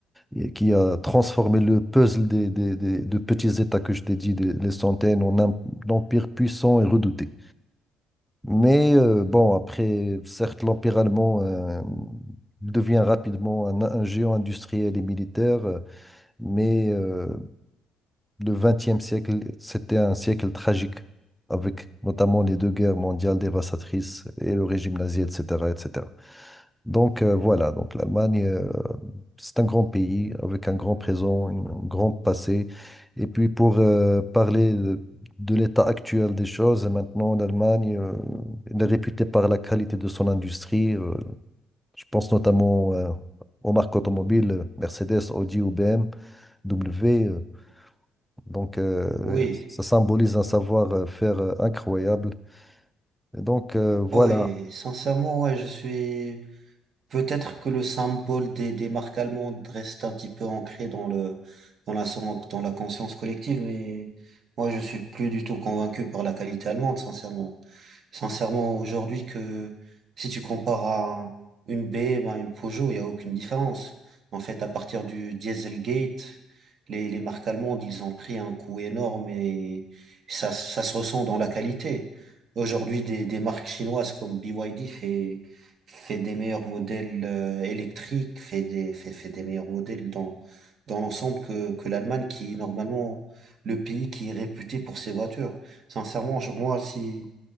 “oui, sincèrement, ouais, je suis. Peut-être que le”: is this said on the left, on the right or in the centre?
Right